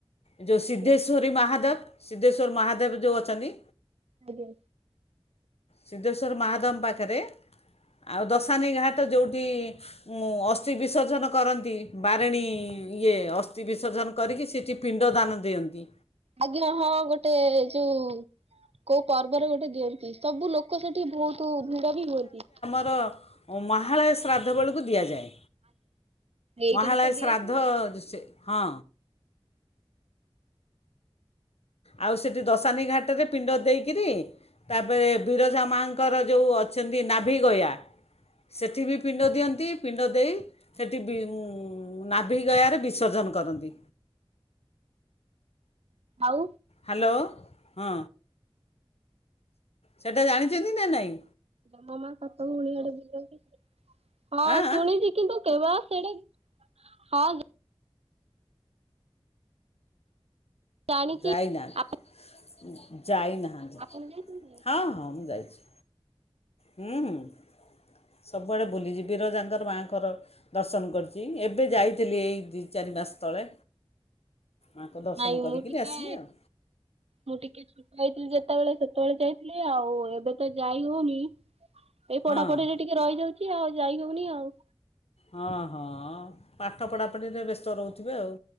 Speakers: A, on the left; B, on the right.
A: ଯୋ
B: ଆଜ୍ଞା
A: ସିଦ୍ଧେଶ୍ୱରୀ ମହାଦେବ ସିଦ୍ଧେଶ୍ୱର୍ ମହାଦେବ ଯୋଉ ଅଛନ୍ତି।
B: ଆଜ୍ଞା।
A: ସିଦ୍ଧେଶ୍ୱର ମାହାଦେମ୍ ପାଖରେ ଆଉ ଦଶାନୀ ଘାଟ୍ ଯୋଉଠି ମୁଁ ଅସ୍ତି ବିସର୍ଜନ କରନ୍ତି। ବାରେଣୀ ଇଏ ଅସ୍ତି ବିସର୍ଜନ କରିକି ସେଇଠି ପିଣ୍ଡ ଦାନ ଦିଅନ୍ତି।
B: ଆଜ୍ଞା ହଁ ଗୋଟେ ଯୋଉ କୋଉ ପର୍ବରେ ଗୋଟେ ଦିଅନ୍ତି। ସବୁ ଲୋକ୍। ତାକୁ ସେଠି ବହୁତୁ ଭିଡ ବି ହୁଅନ୍ତି।
A: ହଁ ମହାଳୟ ଶ୍ରାଦ୍ଧ ବେଳକୁ ଦିଆଯାଏ।
B: ଏଇଟାରେ
A: ମହାଳୟ
B: ତ ଦିଆ
A: ଶ୍ରାଦ୍ଧ
B: ହୁଏ
A: ସେ ହଁ। ଆଉ ସେଠି ଦଶାନୀ ଘାଟରେ ପିଣ୍ଡ ଦେଇକିରି। ତାପରେ ବିରଜା ମାଙ୍କର ଯୋଉଁ ଅଛନ୍ତି ନାଭି ଗୟା ସେଠି ବି। ପିଣ୍ଡ ଦିଅନ୍ତି, ପିଣ୍ଡ ଦେଇ ସେଠି ବି ନାଭି ଗୟାରେ ବିସର୍ଜନ କରନ୍ତି।
B: ଆଉ।
A: ହାଲୋ ହଁ ସେଟା ଜାଣିଚନ୍ତି ନା ନାଇଁ।
B: ଜମ ମା ସାତ ଭଉଣୀ ଆଡେ ବୁଲନ୍ତି? ହଁ
A: ଆଁ
B: ଶୁଣିଚି।
A: ଆଁ?
B: କିନ୍ତୁ କେବଳ ସେଟା ହଁ। ଜାଣିଛି
A: ଯାଇନାହାନ୍ତି
B: ଆପଣ
A: ଯାଇନାହାନ୍ତି
B: ଆପଣ ଯାଇଛନ୍ତି
A: ହଁ ହଁ ମୁଁ ଯାଇଚି। ହୁଁ ହୁଁ ସବୁଆଡ଼େ ବୁଲିଯିବି ବିରଜାଙ୍କର ମାଆଙ୍କର। ଦର୍ଶନ କରିଚି। ଏବେ ଯାଇଥିଲି ଏଇ ଦି ଚାରି ମାସ୍ ତଳେ। ମାଙ୍କ ଦର୍ଶନ
B: ନାଇଁ
A: କରିକି
B: ମୁଁ ଟିକେ
A: ଆସିଲି ଆଉ।
B: ମୁଁ ଟିକେ ଛୋଟ ହେଇଥିଲି ଯେତେବେଳେ ସେତେବେଳେ ଯାଇଥିଲି ଆଉ ଏବେ ତ ଯାଇ ହଉନି। ଏଇ ପଢାପଢିରେ
A: ହଁ
B: ଟିକେ ରହିଯାଉଚି ଆଉ। ଯାଇ ହଉନି ଆଉ।
A: ହଁ ହଁ ପାଠ ପଢ଼ାପଢ଼ିରେ ବ୍ୟସ୍ତ ରହୁଥିବେ ଆଉ।